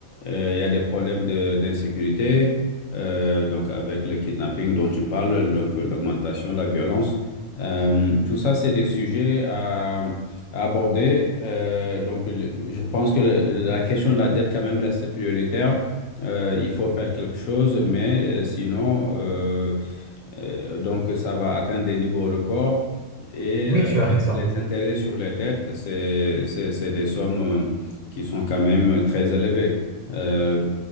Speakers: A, on the left; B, on the right.
A: Euh, il y a des problèmes de- d'insécurité, euh, donc avec le kidnapping dont tu parles, donc euh, l'augmentation de la violence. Euh, tout ça, c'est des sujets à, à aborder. Euh, donc, le- je pense que le- la question de la dette quand même reste prioritaire. Euh, il faut faire quelque chose, mais euh, sinon, euh, euh, donc, ça va atteindre des niveaux records. Et
B: Oui,
A: euh,
B: tu as raison.
A: les intérêts sur les dettes, c'est, c'est, c'est des sommes euh, qui sont quand même euh, très élevées. Euh,